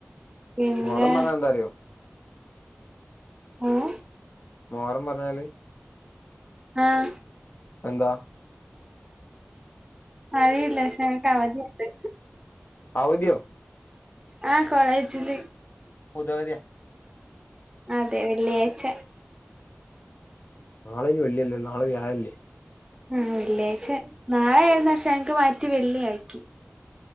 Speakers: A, on the right; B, on the left.
A: പിന്നെ
B: മുഹറം പറഞ്ഞ എന്തറിയോ
A: ഏഹ്
B: മോഹറം പറഞ്ഞാൽ
A: ആഹ്
B: എന്താ
A: അറിയില്ല ക്ഷെ ഞങ്ങൾക് അവധിണ്ട്
B: അവധിയോ
A: ആ കോളേജിൽ
B: പൊതുവതിയ
A: അതെ വെള്ളിയാഴ്ച
B: നാളെ വെള്ളിയാല്ലലോ നാളെ വ്യാഴല്ലേ
A: ആ വെള്ളിയായിച്ച നാളെ ആയിരുന്നു ക്ഷെ ഞങ്ങക്ക് മാറ്റി വെള്ളിയാക്കി